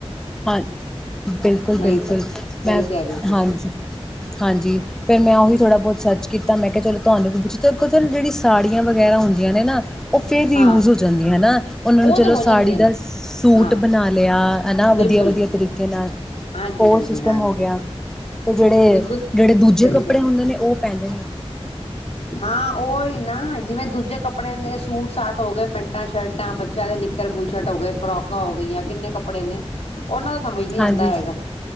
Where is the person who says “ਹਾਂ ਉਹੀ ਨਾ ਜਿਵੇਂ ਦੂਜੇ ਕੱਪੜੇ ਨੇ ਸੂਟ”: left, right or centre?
Left